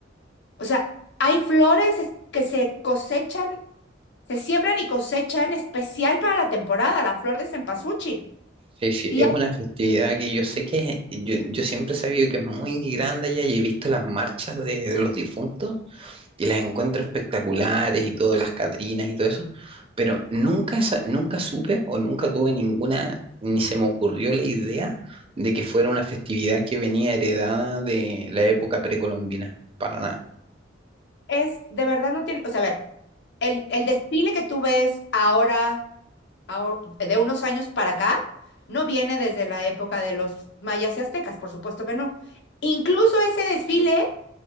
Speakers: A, on the left; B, on the right.
A: O sea, hay flores es- que se cosechan, se siembran y cosechan especial para la temporada, la flor de cempasúchil.
B: Sí, sí,
A: Y
B: es una festividad que yo sé que es- yo, yo siempre he sabido que es muy grande allá y he visto las marchas de, de los difuntos y las encuentro espectaculares y todas las Catrinas y todo eso, pero nunca, esa- nunca supe o nunca tuve ninguna, ni se me ocurrió la idea de que fuera una festividad que venía heredada de la época precolombina, para nada.
A: es, de verdad no tiene, o sea, a ver, el, el desfile que tú ves ahora. ahor- de unos años para acá, no viene desde la época de los mayas y aztecas, por supuesto que no. Incluso ese desfile